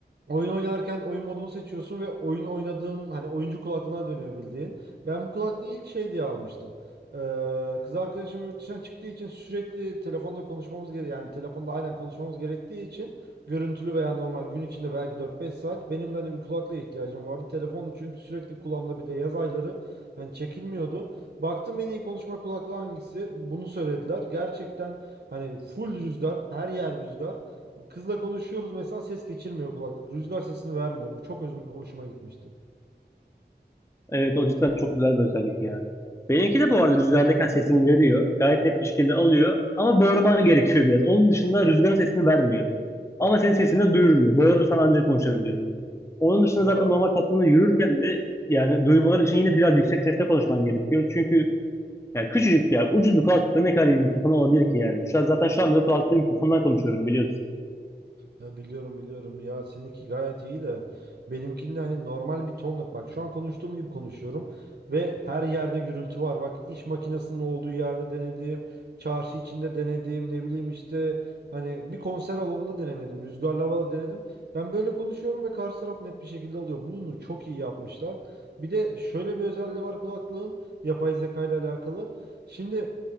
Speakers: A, on the right; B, on the left.
A: Oyun oynarken oyun modunu seçiyorsun ve oyun oynadığın hani oyuncu kulaklığına dönüyor bildiğin. Ben bu kulaklığı ilk şey diye almıştım. Ee, kız arkadaşım yurt dışına çıktığı için sürekli telefonda konuşmamız gerekiyor. Yani telefonda aynen konuşmamız gerektiği için görüntülü veya normal gün içinde belki 4-5 saat benim de hani bir kulaklığa ihtiyacım vardı. Telefon çünkü sürekli kulağımda bir de yaz ayları hani çekilmiyordu. Baktım en iyi konuşma kulaklığı hangisi? Bunu söylediler. Gerçekten hani full rüzgar, her yer rüzgar. Kızla konuşuyoruz mesela ses geçirmiyor kulaklık. Rüzgar sesini vermiyor. Bu çok özüm- hoşuma gitmişti.
B: Evet o cidden çok güzel bir özellik ya. Benimki de bu arada rüzgardayken sesini veriyor. Gayet net bir şekilde alıyor. Ama bağırman <laughs> gerekiyor biraz. Onun dışında rüzgarın sesini vermiyor. Ama senin sesini de duyurmuyor. Bağırırsan ancak konuşabiliyorsun. Onun dışında
A: Ya
B: zaten normal toplumda yürürken de yani duymaları için yine biraz yüksek sesle konuşman gerekiyor. Çünkü Yani küçücük bir yer. Ucuz bir kulaklıkla ne kadar iyi mikrofon olabilir ki yani. Şu an zaten şu anda da kulaklıklı mikrofondan konuşuyorum biliyorsun.
A: Ya biliyorum biliyorum ya seninki gayet iyi de benimkinde hani normal bir tonluk bak şu an konuştuğum gibi konuşuyorum ve her yerde gürültü var bak iş makinesinin olduğu yerde denedim çarşı içinde denedim ne bileyim işte hani bir konser alanında denemedim rüzgarlı havada denedim ben böyle konuşuyorum ve karşı taraf net bir şekilde alıyor bunu çok iyi yapmışlar bir de şöyle bir özelliği var kulaklığın yapay zeka ile alakalı şimdi